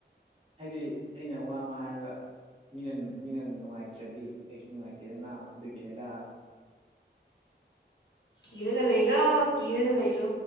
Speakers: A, on the right; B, on the left.
A: ꯍꯥꯏꯗꯤ ꯑꯩꯅ ꯋꯥ ꯑꯃ ꯍꯥꯏꯔꯒ ꯃꯤꯅ ꯃꯤꯅ ꯅꯨꯡꯉꯥꯏꯇ꯭ꯔꯗꯤ ꯑꯩꯁꯨ ꯅꯨꯡꯉꯥꯏꯇꯦꯗꯅ ꯑꯗꯨꯒꯤꯅꯤꯗ
B: ꯀꯔꯒ ꯂꯩꯔꯣ ꯀꯔꯒ ꯂꯩꯔꯣ